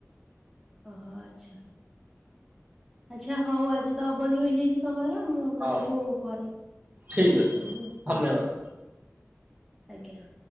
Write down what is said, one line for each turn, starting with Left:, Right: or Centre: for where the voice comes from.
Centre: ହୋ ଆଛା। ଆଚ୍ଛା ହଉ ଆଜି ତ ଅବଧି ହେଇଯାଇଛି ସମୟର ମୁଁ ଆପଣଙ୍କୁ
Right: ହଉ
Centre: ପରେ କଣ୍ଟାକ୍ଟ
Right: ଠିକ୍ ଅଛି
Centre: କରିବି ଆଉ।
Right: ଧନ୍ୟବାଦ
Centre: ଆଜ୍ଞା।